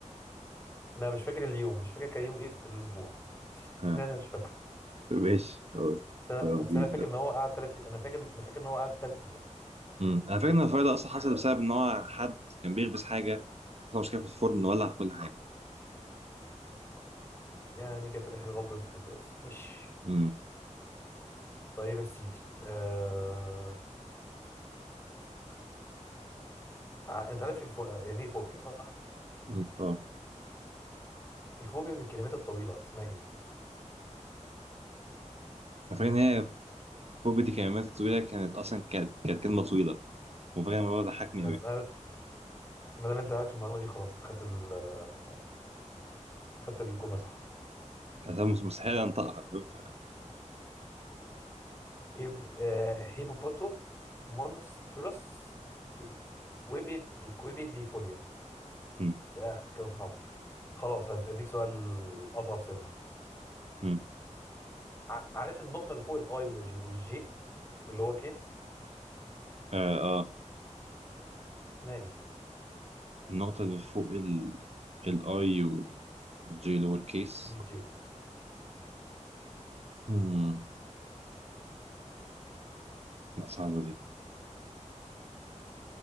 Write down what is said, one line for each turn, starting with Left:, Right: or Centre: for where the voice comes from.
Left: أنا مش فاكر اليوم مش فاكر كان يوم إيه في الأسبوع
Right: ها
Left: لا أنا مش فاكره
Right: ماشي خلاص
Left: بس أنا
Right: خلاص
Left: بس
Right: دي
Left: أنا
Right: سهلة.
Left: فاكر إن هو قعد تلات أنا فاكر أنا فاكر إن هو قعد تلات أيام
Right: أمم. انا فاكر ان الفرق ده اصلا حصل بسبب ان هو حد كان بيخبز حاجه حصل مشكله في الفرن ولع في كل حاجه
Left: يعني كان في الآخر غلطة الخباز مش
Right: امم
Left: طيب يا سيدي آه... ع- أنت عارف الفو... يعني إيه فوبيا صح؟
Right: أمم. اه
Left: الفوبيا من الكلمات الطويلة اسمها ايه؟
Right: انا فاكر ان هي فوبيا الكلمات الطويله كانت اصلا كانت كانت كلمه طويله وفاكر الموضوع ده ضحكني
Left: بس
Right: قوي
Left: أنا ما دام انت عارف المعلومة دي خلاص انت خدت ال آه، خدت الجملة صح
Right: انا مس- مستحيل انطقها فاهم ف
Left: هيب- آه، هيبوبوتو مونستروس اكويبي اكويبي دي فوليا
Right: أمم.
Left: يا كده صعب خلاص هديك سؤال أصعب سنة
Right: أمم.
Left: ع- عارف النقطة اللي فوق الآي والج- والجي اللي هو كيس
Right: اه اه
Left: اسمها ايه؟
Right: النقطه اللي فوق ال الاي والجي لور كيس
Left: والجي
Right: أمم. لا، صعبه دي